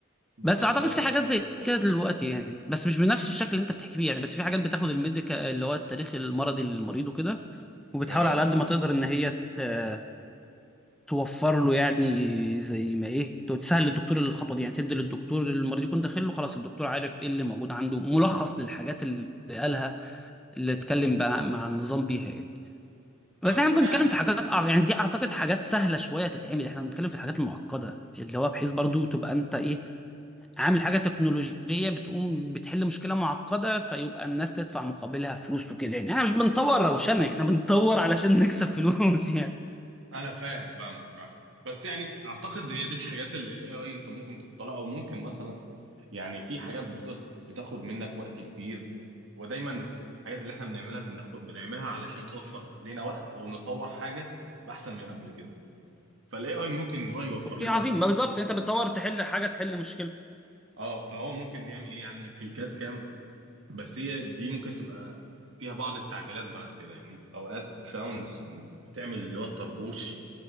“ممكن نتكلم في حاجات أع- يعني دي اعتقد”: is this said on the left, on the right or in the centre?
Centre